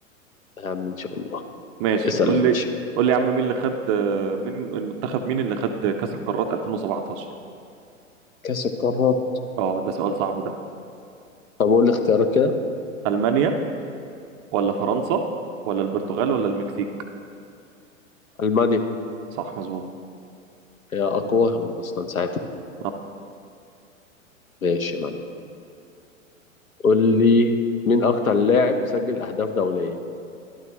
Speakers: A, on the left (about 80°); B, on the right (about 20°).
A: يا عم إن شاء الله
B: ماشي
A: اسأل
B: قول
A: يا باشا
B: لي قول لي يا عم مين اللي خد آه، مين المنتخب مين اللي خد كاس القارات 2017
A: كأس القارات
B: اه ده سؤال صعب ده
A: طب قول لي اختيارك كده
B: المانيا ولا فرنسا ولا البرتغال ولا المكسيك
A: ألمانيا
B: صح مظبوط
A: هي أقواهم أصلا ساعتها
B: آه،
A: ماشي يا معلم قول لي مين أكتر لاعب سجل أهداف دولية